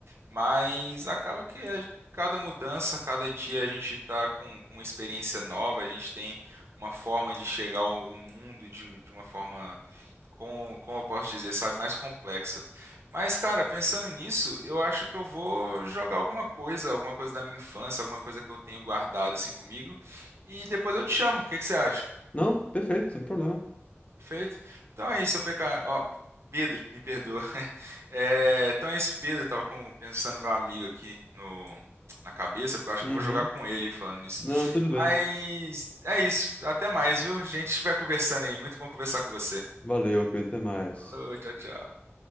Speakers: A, on the right; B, on the left.
A: Mas acaba que a- cada mudança, cada dia a gente está com, com uma experiência nova, a gente tem uma forma de chegar ao ao mundo de, de uma forma, como, como eu posso dizer, sabe, mais complexa. Mas, cara, pensando nisso, eu acho que eu vou jogar alguma coisa, alguma coisa da minha infância, alguma coisa que eu tenho guardado assim comigo, e depois eu te chamo. O que que você acha?
B: Não, perfeito, sem problema.
A: Perfeito? Então é isso, PK. Ó, Pedro, me perdoa. <laughs> É, então é isso, Pedro. Eu tava com- pensando no meu amigo aqui no, na cabeça, porque eu acho
B: Uhum.
A: que eu vou jogar com ele falando nisso.
B: Não, tudo
A: Mas
B: bem.
A: é isso. Até mais, viu? A gente vai conversando aí. Muito bom conversar com você.
B: Valeu, Pedro, até mais.
A: Falou, tchau, tchau.